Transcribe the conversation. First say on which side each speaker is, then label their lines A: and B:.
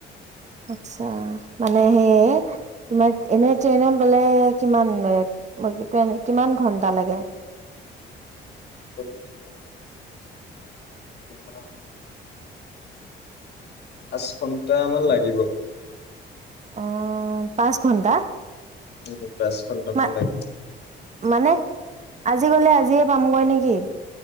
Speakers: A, on the right (about 35°); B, on the left (about 55°).
A: আটছা মানে সেই তোমাৰ এনে ট্ৰেইনত গ'লে কিমান মিনিট কিমান ঘন্টা লাগে
B: গ'লে তোমাৰ কিমান পাঁচ ঘন্টামান লাগিব
A: অ পাঁচ ঘন্টা
B: উম পাঁচ ঘণ্টা
A: মা
B: মান লাগিব
A: মানে আজি গ'লে আজিয়ে পামগৈ নেকি